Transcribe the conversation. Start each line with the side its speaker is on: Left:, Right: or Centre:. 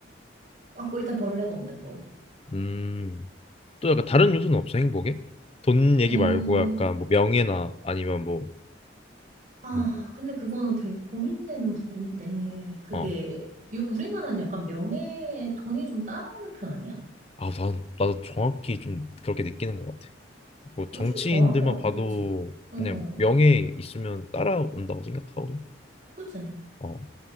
Right: 아, 뭐 일단 벌레가 없는 거.
Left: 음. 또 약간 다른 요소는 없어, 행복에? 돈 얘기
Right: 음,
Left: 말고 약간 뭐 명예나 아니면 뭐,
Right: 아,
Left: 그런 뭐,
Right: 근데 그거는 되게 고민되는 부분인데, 그게,
Left: 어.
Right: 유- 우리나라는 약간 명예에 돈이 좀 따라오는 편 아니야?
Left: 아, 난, 나도 정확히 좀 그렇게 느끼는 것 같아. 뭐 정치인들만
Right: 요즘 더한 것 같아,
Left: 봐도
Right: 그치? 응,
Left: 그냥
Right: 응.
Left: 명예 있으면 따라온다고 생각하거든.
Right: 그치?
Left: 어.